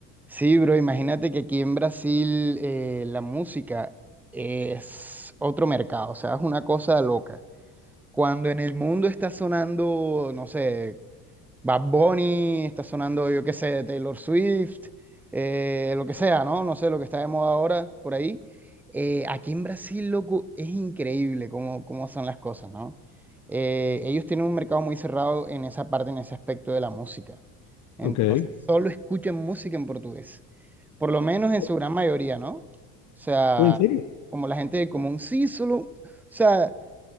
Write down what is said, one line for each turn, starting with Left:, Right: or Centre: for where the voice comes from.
Centre: Sí, bro, imagínate que aquí en Brasil eh, la música es otro mercado, o sea, es una cosa loca. Cuando en el mundo está sonando, no sé, Bad Bunny, está sonando, yo qué sé, Taylor Swift, eh, lo que sea, ¿no? No sé, lo que está de moda ahora por ahí. Eh, aquí en Brasil, loco, es increíble cómo, cómo son las cosas, ¿no? Eh, ellos tienen un mercado muy cerrado en esa parte, en ese aspecto de la música. Entonces,
Left: Ok.
Centre: solo escuchan música en portugués, por lo menos en su
Left: ¿O
Centre: gran mayoría, ¿no? O sea,
Left: o en serio?
Centre: como la gente del común, sí, solo, o sea...